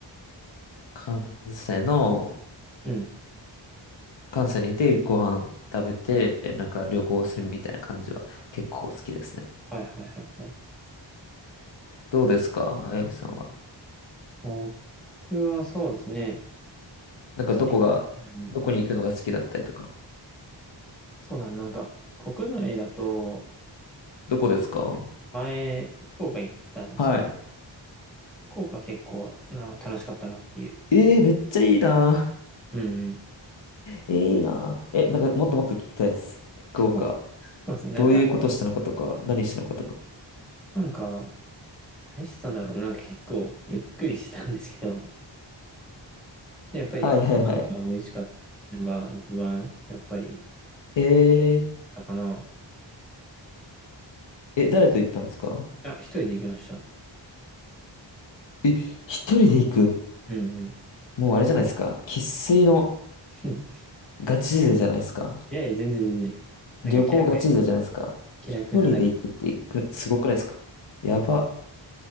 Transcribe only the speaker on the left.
関西の、
関西にいてご飯食べて、なんか旅行するみたいな感じは結構好きですね。
どうですか、あやみさんは。
なんかどこが、
どこに行くのが好きだったりとか。
どこですか
はい。
えー、めっちゃいいな。
えー、いいな。え、なんかもっともっと聞きたいです。福岡。
どういうことしたのかとか、何したのかとか。
はいはいはい。
<laughs> え
ー、え、誰と行ったんですか
え、一人で行く。
もうあれじゃないですか。生粋の
ガチ勢じゃないですか。
旅行ガチ勢じゃないですか。
一人で行くって行く、すごくないですかやば。